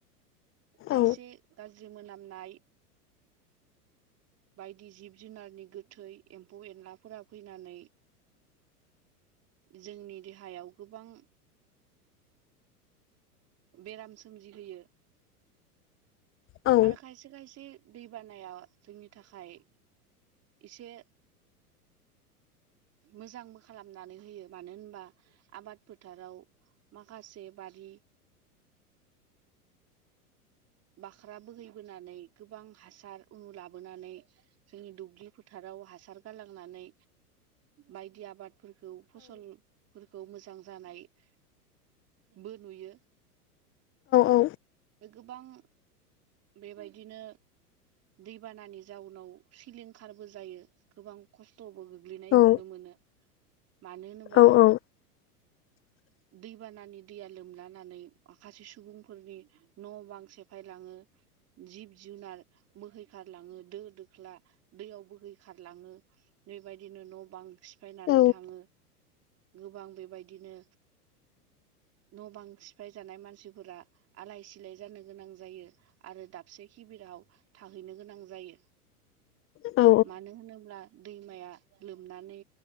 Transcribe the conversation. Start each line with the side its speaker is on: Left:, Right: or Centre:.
Right: खायसे
Left: औ
Right: गाज्रि मोनामनाय बायदि जिब जुनारनि गोथै एम्फौ एनलाफोरा फैनानै
Left: <inaudible>
Right: जोंनि देहायाव गोबां बेराम सोमजिहोयो
Left: औ
Right: आरो खायसे खायसे दैबानाया जोंनि थाखाय एसे मोजांबो खालामनानै होयो मानो होनबा आबाद फोथाराव माखासे बारि बाख्रा बोहैबोनानै गोबां हासार उनु लाबोनानै जोंनि दुब्लि फोथाराव हासार गालांनानै बायदि आबाद फोरखौ फसलफोरखौ मोजां जानायबो नुयो
Left: औ
Right: गोबां बेबायदिनो दैबानानि जाउनाव सिलिंखारबो जायो गोबां खस्थ'बो गोग्लैनाय
Left: औ
Right: नुनो मोनो मानो होनोबा
Left: औ <inaudible>
Right: दैबानानि दैया लोमलानानै माखासे सुबुंफोरनि न' बांसे सेफायलाङो जिब जुनार बोहैखारलाङो दो दोख्ला दैयाव बोहैखारलाङो बेबायदिनो न' बां सिफायनानै
Left: औ
Right: थाङो गोबां बेबायदिनो न' बां सिफाय जानाय मानसिफोरा आलाय सिलाय जानो गोनां जायो आरो दाबसे खिबिराव थाहैनो गोनां जायो
Left: औ
Right: मानो होनोब्ला दैमाया लोमनानै